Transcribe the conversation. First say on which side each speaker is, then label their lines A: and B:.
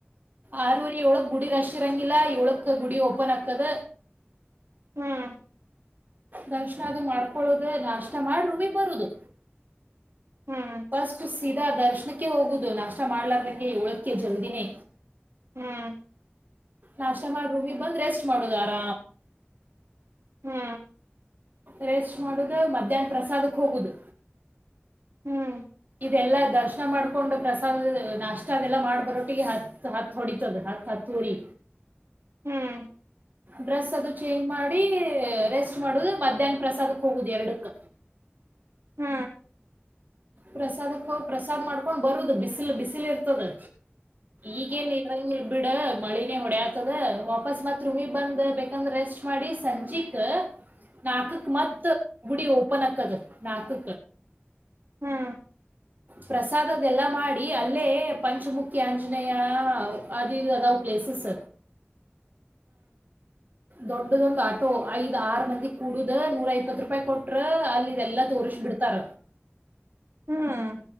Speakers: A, on the right; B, on the right.
A: ಆರವರಿ ಇಏಳಕ್ ಗುಡಿ ರಶ್ ಇರಂಗಿಲ್ಲ ಇವಳಕ್ ಗುಡಿ ಓಪನ್ ಆಕದ
B: ಹ್ಮ್
A: ದಕ್ಷಣ ಅದು ಮಾಡ್ಕೊೊಳ್ಳದು ನಾಷ್ಟ ಮಾಡ್ರೂಮಿಗ್ ಬರುದು
B: ಹ್ಮ್
A: ಸ್ಟ್ <unintelligible> ಸೀದಾ ದರ್ಶನಕ್ಕೆ ಹೋಗುದು ನಾಷ್ಟ ಮಾಡ್ಲಾರ್ದಂಗೆ ಏಳಕ್ಕೆ ಜಲ್ದಿನೇ
B: ಹ್ಮ್
A: ನಾಷ್ಟ ಮಾಡೂಮಿ ಬಂದ್ ರೆಸ್ಟ್ ಮಾಡುದು ಆರ.
B: ಹ್ಮ
A: ರೆಸ್ಟ್ ಮಾಡುದ ಮಧ್ಯಾಹ್ನ ಪ್ರಸಾದಕ್ ಹೋಗುದು
B: ಹ್ಮ್
A: ಇದೆಲ್ಲಾ ದರ್ಶನ ಮಾಡ್ಕೊಂಡ್ ಪ್ರಸಾದ್ ನಾಷ್ಟ ಅದೆಲ್ಲಾ ಮಾಡ್ ಬರೋಟ್ಟಿಗೆ ಹತ್ ಹತ್ ಹೊಡಿತದ ಹತ್ ಹತ್ತ ಉರಿ
B: ಹ್ಮ್
A: ಡ್ರೆಸ್ ಅದು ಚೇಂಜ್ ಮಾಡಿ ರೆಸ್ ಮಾಡುದು ಮಧ್ಯಾಹ್ನ ಪ್ರಸಾದಕ್ ಹೋಗುದು ಎರಡಕ್ಕ
B: ಹ್ಮ್
A: ಪ್ರಸಾದ ಪ್ರಸಾದ್ ಮಾಡ್ಕೊಂಡ್ ಬರುದು ಬಿಸಿಲು ಬಿಸಿಲು ಇರ್ತದೆ ಈಗೇ ನಿರ ಬಿಡ ಮಳಿನೇ ಹೊಡೆ ಆತದ ವಾಪಸ್ ಮತ್ ರುಮಿ ಬಂದ ಬೇಕಂದ್ರೆ ರೆಸ್ಟ್ ಮಾಡಿ ಸಂಜೆಕ್ ನಾಲ್ಕಕ್ ಮತ್ ಬುಡಿ ಹೋಗ ಪ್ಪ ನಕ್ಕದ ನಾಸು
B: ಹ್ಮ್
A: ಪ್ರಸಾದ ಅದೆಲ್ಲ ಮಾಡಿ ಅಲ್ಲೇ ಪಂಚಮುಖಿ ಆಂಜನೇಯ ಅದುದು ಅದಾವ್ ಪ್ಲೇಸಸ್ ದೊಡ್ಡದೊಂದು ಆಟೋ ಐದು ್ ಆರ್ ಮಂದಿ ಕೂಡುದ ನೂರ ಇಪ್ಪತ್ ರೂಪಾಯಿ ಕೊಟ್ರ ಅಲ್ಲಿ ಇದೆಲ್ಲಾ ತೋರ್ಸ ಬಿಡ್ತಾರ
B: ಹ್ಮ್